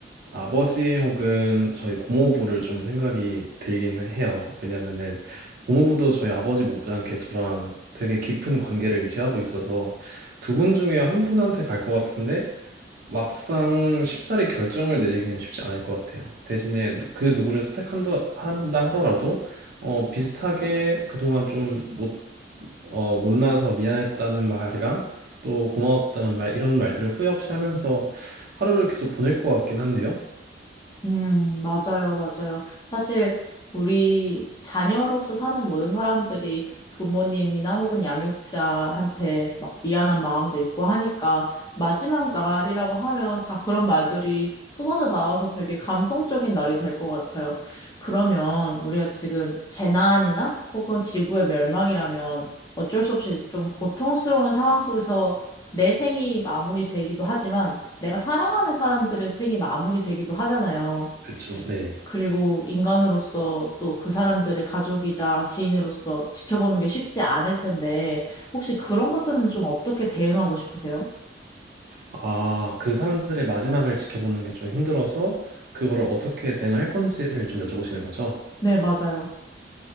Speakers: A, on the right; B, on the left.
A: 아버지 혹은 저희 고모부를 좀 생각이 들긴 해요. 왜냐면은 고모부도 저희 아버지 못지않게 저랑 되게 깊은 관계를 유지하고 있어서 두 분 중에 한 분한테 갈 것 같은데 막상 쉽사리 결정을 내리기는 쉽지 않을 것 같아요. 대신에 누- 그 누구를 선택한다 한다 하더라도 어, 비슷하게 그동안 좀못 어, 못나서 미안했다는 말이랑 또 고마웠다는 말 이런 말들을 후회 없이 하면서 하루를 계속 보낼 것 같긴 한데요.
B: 음, 맞아요, 맞아요. 사실 우리 자녀로서 사는 모든 사람들이 부모님이나 혹은 양육자한테 막 미안한 마음도 있고 하니까 마지막 날이라고 하면 다 그런 말들이 쏟아져 나와서 되게 감성적인 날이 될 것 같아요. 그러면 우리가 지금 재난이나 혹은 지구의 멸망이라면 어쩔 수 없이 좀 고통스러운 상황 속에서 내 생이 마무리되기도 하지만 내가 사랑하는 사람들의 생이 마무리되기도 하잖아요.
A: 그쵸, 네.
B: 그리고 인간으로서 또 그 사람들의 가족이자 지인으로서 지켜보는 게 쉽지 않을 텐데, 혹시 그런 것들은 좀 어떻게 대응하고 싶으세요?
A: 아, 그 사람들의 마지막을 지켜보는 게 좀 힘들어서 그거를 어떻게 대응할 건지를 좀 여쭤보시는 거죠?
B: 네, 맞아요.